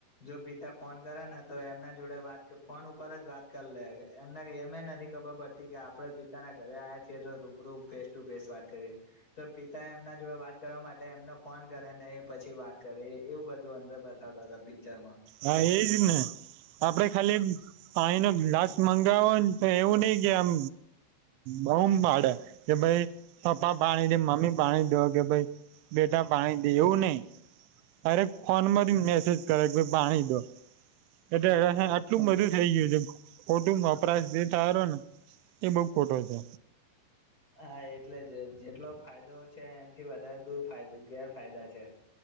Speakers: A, on the left (about 20°); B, on the right (about 85°).
A: જો પિતા ફોન કરે ને તો એમના જોડે વાત ફોન ઉપર જ વાત કરી લે એમને એમ નથી ખબર પડતી કે આપડે પી પિતાના ઘરે આયા છીએ તો રૂબરૂ ફેસ ટુ ફેસ વાત કરીએ તો પિતા એમના જોડે વાત કરવા માટે એમનો ફોન કરે ને એ પછી વાત કરે એવું બધું અંદર બતાવતા હતા પિક્ચર માં
B: હા એજ ને આપડે ખાલી પાણી નો ગ્લાસ મંગાવો તો એવું નઈ કે આમ બઉુ પાડે કે ભાઈ પપ્પા પાણી દે મમ્મી પાણી દો કે ભાઈ બેટા પાણી દેવું નઈ હરે ફોન માથી મેસેજ કરે પાણી દો એટ
A: પાણી
B: હ
A: લે
B: આટલું બધું થઈ ગયું છે ખોટું વપરાશ જે થાય ને એ બઉ ખોટો છે
A: હા એટલે જ જેટલો ફાયદો છે એનાથી વધારે દૂરાય ગેરફાયદા છે